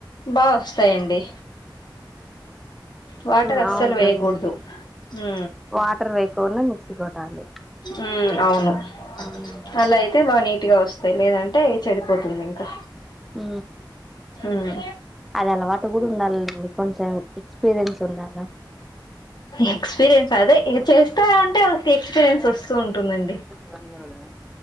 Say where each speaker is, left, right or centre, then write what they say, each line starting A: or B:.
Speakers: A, on the left; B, in the centre.
A: బాగా వస్తాయండీ వాటర్
B: ఉమ్
A: అస్సలు
B: అవునులేండి
A: వేయకూడదు ఊ
B: వాటర్ వేకుండా మిక్సీ కొట్టాలి
A: ఉ అవును
B: అవును
A: అలా అయితే బాగా నీట్ గా వస్తుంది వస్తా లేదంటే చెడిపోతుంది ఇంకా
B: ఉ
A: ఉమ్
B: అది అలవాటు కూడా ఉండాలి అండి కొంచెం ఎక్స్పీరియన్స్ ఉండాలి
A: ఎక్స్పీరియన్స్ అదే చేస్తా ఉంటే మకి ఎక్స్పీరియన్స్ వస్తూ ఉంటుందండి
B: పని కాలేదా